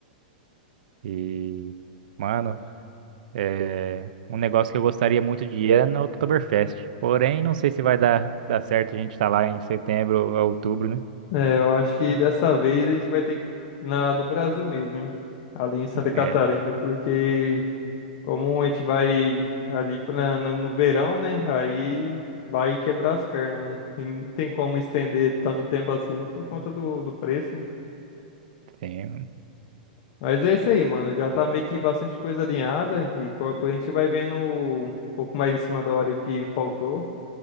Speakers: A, on the right (about 65°); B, on the left (about 40°).
A: E, mano, eh, um negócio que eu gostaria muito de ir é no Oktoberfest. Porém, não sei se vai dar, dar certo a gente estar lá em setembro ou outubro, né?
B: É, eu acho que dessa vez a gente vai ter que- na do Brasil mesmo, hein? Ali em Santa Catarina,
A: É,
B: porque como a gente vai ali pra, no, no verão, né? Aí vai quebrar as pernas, né? E não tem como estender tanto tempo assim por conta do, do preço, né?
A: sim.
B: Mas é isso aí, mano. Já tá meio que bastante coisa alinhada e qualquer coisa a gente vai vendo um pouco mais em cima da hora o que faltou.